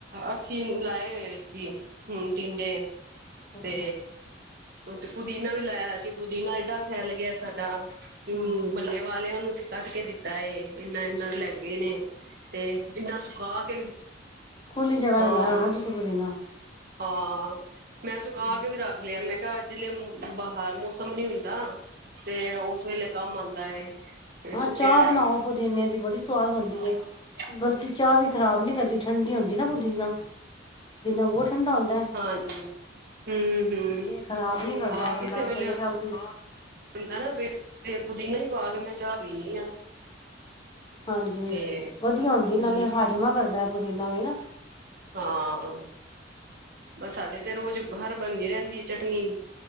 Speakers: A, on the right; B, on the left.
A: ਅਸੀਂ ਲਾਏ ਹੋਏ। ਸੀ ਹੁਣ ਟਿੰਡੇ
B: ਅੱਛਾ
A: ਤੇ। ਤੇ ਪੁਦੀਨਾ ਵੀ ਲਾਇਆ ਸੀ ਪੁਦੀਨਾ ਏਡਾ। ਫੈਲ ਗਿਆ, ਸਾਡਾ
B: ਹੂੰ
A: ਹੁੰ
B: ਹੂੰ
A: ਮੱਲੇ ਵਾਲਿਆਂ ਨੂੰ ਅਸੀਂ ਕੱਢ ਕੇ ਦਿੱਤਾ ਏ। ਇੰਨਾ ਇੰਨਾ ਲੈ ਗਏ ਨੇ ਤੇ ਜਿੰਨਾ ਸੁਖਾ ਕੇ।
B: ਖੁੱਲੀ ਜਗ੍ਹਾ
A: ਹਾਂ
B: ਤੇ ਲਾਇਆ ਹੋਣਾ ਤੁਸੀ ਪੁਦੀਨਾ।
A: ਹਾਂ ਮੈਂ ਸੁਕਾ
B: ਹੂੰ
A: ਕੇ ਵੀ ਰੱਖ ਲਿਆ ਮੈਂ ਕਿਹਾ। ਬਾਹਰ ਮੌਸਮ ਨਹੀਂ ਹੁੰਦਾ ਤੇ ਉਸ ਵੇਲੇ ਕੰਮ ਆਉਂਦਾ ਏ।
B: ਹਾਂ
A: ਸੁੱਕਿਆ
B: ਚਾਹ
A: ਹੋਇਆ
B: ਬਣਾਓ
A: ਪੁਦੀਨਾ
B: ਪੁਦੀਨੇ ਦੀ ਬੜੀ ਸਵਾਦ ਬਣਦੀ
A: ਹਾਂ
B: ਏ ਬਲਕਿ ਚਾਹ ਵੀ ਖ਼ਰਾਬ ਨੀ ਕਰਦੀ। ਠੰਢੀ ਹੂੰਦੀ ਏ ਨਾ ਪੁਦੀਨਾ ਬਹੁਤ। ਠੰਡਾ ਹੁੰਦਾ
A: ਹਾਂਜੀ ਹੂੰ ਹੂੰ
B: ਤੇ ਖਰਾਬ ਨਹੀਂ ਕਰਦਾ
A: ਹਾਂ
B: ਬੰਦਾ
A: ਕਿਸੇ ਵੇਲੇ
B: ਕਹਿੰਦਾ ਚਲ ਬੀ।
A: ਪੁਦੀਨਾ ਹੀ ਪਾ ਕੇ ਮੈਂ ਚਾਹ ਪੀਨੀ ਆ।
B: ਹਾਂਜੀ
A: ਤੇ
B: ਵਧੀਆ ਹੁੰਦੀ
A: ਹੂੰ
B: ਨਾਲੇ ਹਜਮਾ ਕਰਦਾ ਪੁਦੀਨਾ ਵੀ ਨ।
A: ਹਾਂ ਬਸ ਸਾਡੇ ਤੇ ਰੋਜ਼ ਬਾਹਰ ਬੰਨਦੀ ਰਹਿੰਦੀ ਚਟਨੀ।